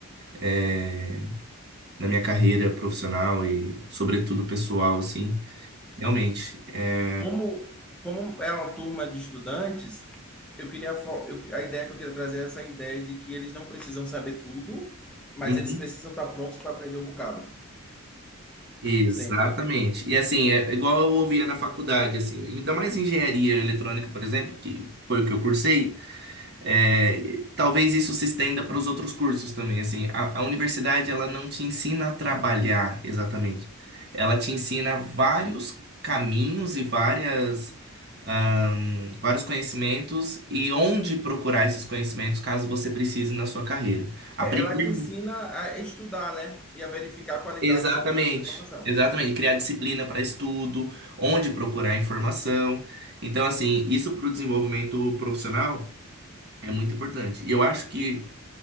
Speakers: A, on the right; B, in the centre.
A: É, na minha carreira profissional e sobretudo pessoal, assim. Realmente. é,
B: Como, como é uma turma de estudantes, eu queria fo- eu- a ideia que eu queria trazer é essa ideia de que eles não precisam saber tudo, mas
A: Uhum.
B: eles precisam estar prontos para aprender um bocado.
A: Exatamente.
B: Sim.
A: E assim, é igual eu ouvia na faculdade, assim, ainda mais engenharia eletrônica, por exemplo, que foi o que eu cursei, é, talvez isso se estenda para os outros cursos também, assim, a, a universidade, ela não te ensina a trabalhar exatamente, ela te ensina vários caminhos e várias, ahn, vários conhecimentos e onde procurar esses conhecimentos caso você precise na sua carreira. Aprender
B: É, ela te ensina a estudar, né? E a verificar a qualidade
A: Exatamente,
B: do- da tua informação.
A: exatamente. Criar disciplina para estudo, onde procurar informação. Então, assim, isso para o desenvolvimento profissional é muito importante. E eu acho que,